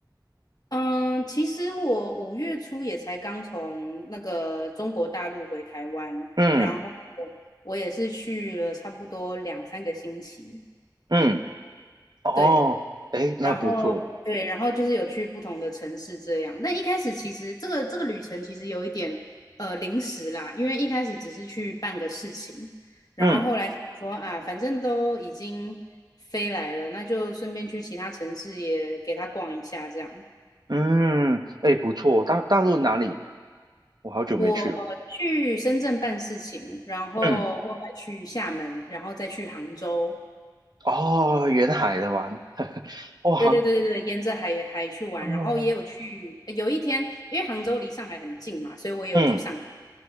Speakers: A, on the left; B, on the right.
A: 嗯，其实我五月初也才刚从那个中国大陆回台湾，
B: 嗯
A: 然后我也是去了差不多两三个星期。
B: 嗯，哦，
A: 对，
B: 哎，那不错，
A: 然后对，然后就是有去不同的城市这样。但一开始其实这个这个旅程其实有一点呃临时啦，因为一开始只是去办个事情，然后后来想说啊，
B: 嗯。
A: 反正都已经飞来了，那就顺便去其他城市也给他逛一下这样。
B: 嗯，哎，不错，大大陆哪里？我好久没去了。
A: 我去深圳办事情，然后后来去厦门，
B: 嗯，
A: 然后再去杭州。
B: 哦，沿海的玩，哦，杭，
A: 对对对对对，沿着海海去玩，
B: 哦，
A: 然后也有去，有一天，因为杭州离上海很近嘛，所以我也有去上海。
B: 嗯，